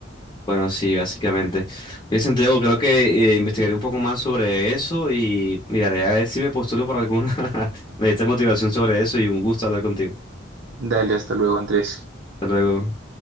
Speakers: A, on the left; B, on the right.
A: Bueno, sí, básicamente. Oye, Santiago, creo que eh, investigaré un poco más sobre eso y miraré a ver si me postulo para alguna <laughs> esta motivación sobre eso y un gusto hablar contigo.
B: Dale, hasta luego, Andrés.
A: Hasta luego.